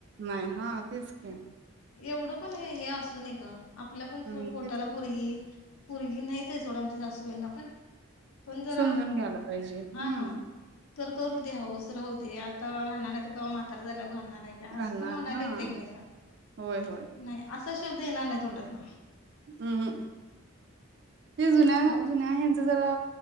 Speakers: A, on the right (about 50°); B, on the left (about 85°).
A: नाही हां तेच की.
B: एवढं पण हे हे असू नये गं. आपल्या पण
A: हम्म
B: पो पोटाला
A: तेच
B: पोरगी पोरगी नाहीच आहे सोड आमच्या सासूबाईंना पण. पण जरा
A: समजून घ्यायला पाहिजे हम्म.
B: हा तर करू दे हाऊस राहू दे, आता घालणार नाही तर कवा म्हातार झालावर घालणार.
A: घालणार
B: असं पण म्हणायला
A: हा
B: येते का नाही सांग.
A: होय होय
B: नाही असा शब्द. शब्द येणार नाय तोंडातन.
A: हम्म. ते जुन्या-जुन्या
B: मग
A: हेंच जरा